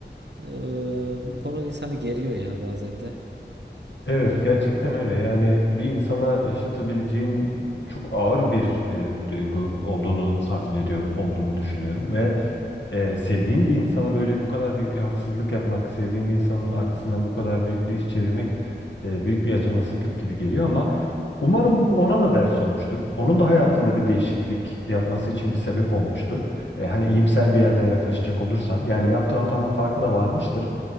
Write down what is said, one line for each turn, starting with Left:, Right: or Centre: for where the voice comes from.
Right: e, bu konu insanı geriyor ya bazen de.
Left: Evet gerçekten öyle. Yani bir insana yaşatabileceğin çok ağır bir e, duygu olduğunu tahmin ediyorum, olduğunu düşünüyorum ve Ee, sevdiğin bir insana böyle bu kadar büyük bir haksızlık yapmak, sevdiğin bir insanın arkasından bu kadar büyük bir iş çevirmek e, büyük bir acımasızlık gibi geliyor ama umarım bu ona da ders olmuştur. Onun da hayatında bir değişiklik yapması için bir sebep olmuştur. Ee, hani iyimser bir yerden yaklaşacak olursam, yani yaptığı hatanın farkına varmıştır.